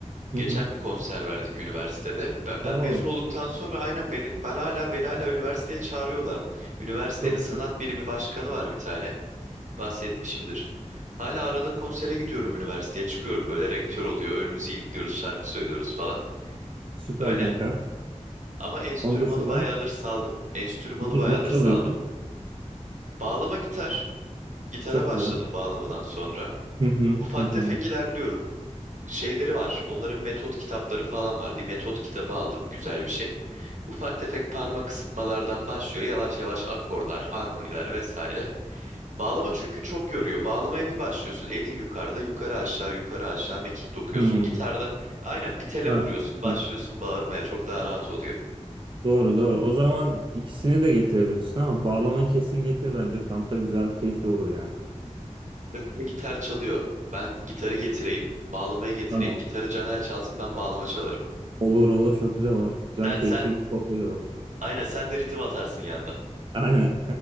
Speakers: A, on the right (about 45°); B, on the right (about 80°).
A: Hı
B: Geçen
A: hı.
B: bir konser verdik üniversitede. Ben,
A: Oo,
B: ben mezun olduktan sonra aynen beni ben hala beni hala üniversiteye çağırıyorlar. Üniversitenin
A: çok
B: sanat
A: güzel.
B: birimi başkanı var bir tane. bahsetmişimdir. Hala arada konsere gidiyorum üniversiteye çıkıyorum böyle rektör oluyor önümüzü ilikliyoruz şarkı söylüyoruz falan.
A: Süper
B: Öyle
A: kanka.
B: ama enstrümanı
A: Onun dışında
B: bayağıdır saldım. Enstrümanı
A: ne,
B: bayağıdır
A: ne çalıyorsun?
B: saldım. Bağlama gitar. Gitara
A: Çok
B: başladım
A: güzel.
B: bağlamadan sonra.
A: Hı hı
B: Ufak
A: hı hı.
B: tefek ilerliyorum. Şeyleri var. Onların metot kitapları falan var. Bir metot kitabı aldım. Güzel bir şey. Ufak tefek parmak ısıtmalardan başlıyor. Yavaş yavaş akorlar, armoniler vesaire. Bağlama çünkü çok yoruyor. Bağlamaya bir başlıyorsun. Elin yukarıda, yukarı aşağı, yukarı aşağı mekik dokuyorsun.
A: Hı.
B: Gitarda aynen bir tele
A: Ha,
B: vuruyorsun, başlıyorsun
A: bak,
B: bağırmaya. Çok daha rahat oluyor.
A: doğru doğru. O zaman ikisini de getirebilirsin ama bağlamayı kesin getir bence. Kampta güzel, keyifli olur yani.
B: Caner gitar çalıyor. Ben gitarı getireyim, bağlamayı getireyim.
A: Tamam.
B: Gitarı Caner çalsın, ben bağlama çalarım.
A: Olur olur çok güzel olur. Güzel,
B: Sen,
A: keyifli
B: sen
A: bir sohbet olur.
B: aynen sen de ritim atarsın yanda.
A: Aynen.